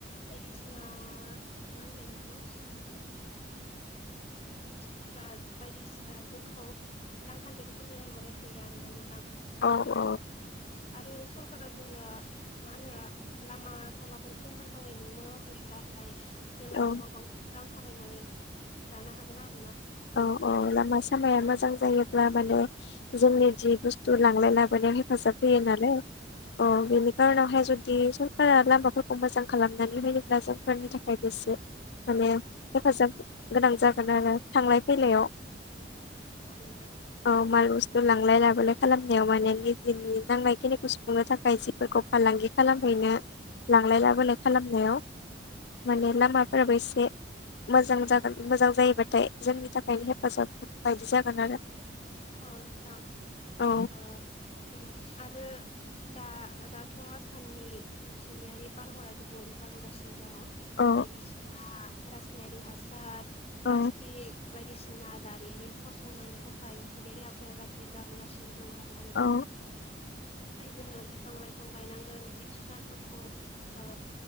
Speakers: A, on the left; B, on the left.
A: बायदिसिना मा होनगोन इखौ? थिफुदार बायदिसि ओ जोंखौ रांखान्थियारि जौगानाय मदद हैया आरोना नोंथां।
B: औ
A: ओमपाय आरो सरकारा जोंना मा होनो लामा सामाफोरखौ मोजाङै लुनो होयोब्लाथाय जों
B: औ
A: आरोबाव बांसिन रां खामायनानै जानो हागोन आ
B: औ औ लामा सामाया मोजां जायोब्ला माने जोंनि जि बुस्थु लांलाय लाबोलाय हेफाजाब होयो नालाय अ बेनि खारनावहाय जुदि बिदि सरकारा लामाफोरखौ मोजां खालामनानै होयोब्ला जोंफोरनि थाखायबो बेसे माने हेफाजाब गोनां जागोन आरो। थांलाय फैलायाव
A: औ नोंथां
B: औ माल बुस्थु लांलाय लाबोलाय खालाम नायाव माने निजेनि नांनाय खिनिखौ सुफुंनो थाखाय सिफोरखौ फालांगि खालामहैनो लांलाय लाबोलाय खालामनायाव माने लामाफोराबो एसे मोजां जागोन मोजां जायोबाथाय जोंनि थाखायनो हेफाजाब बायदि जागोन आरो।
A: औ नोंथां
B: औ
A: ओ उम आरो दा दाथ' आसामनि मिथिंगायारि बारहावाया गुबुंले जाबोगासिनो दङ
B: औ
A: बायदिसिना रासायनारि हासार प्लास्टिक
B: औ
A: बायदिसिना दारिमिन फसंनायनि थाखाय मिथिंगायारि आबहावाया गाज्रि जाबोगासिनो दं आरोना नोंथां
B: औ
A: ओमफ्राय जोङो बिफां लाइफां गायनांगोन जिब जुनारफोरखौ ओ